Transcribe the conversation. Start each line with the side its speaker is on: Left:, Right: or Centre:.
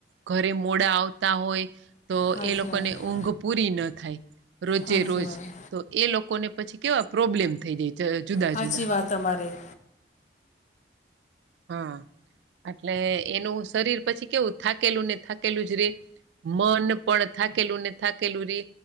Right: ઘરે મોડા આવતા હોય તો
Left: સાચી સાચી
Right: એ લોકોને
Left: વાત
Right: ઊંઘ પૂરી ન થાય રોજે
Left: સાચી
Right: રોજ
Left: વાત
Right: તો એ લોકોને પછી કેવા પ્રોબ્લેમ થઈ જાય જ જુદા-જુદા.
Left: સાચી વાત
Right: <inaudible>
Left: તમારી
Right: હા એટલે એનું શરીર પછી કેવું થાકેલું ને થાકેલું જ રે મન પણ થાકેલું ને થાકેલું રે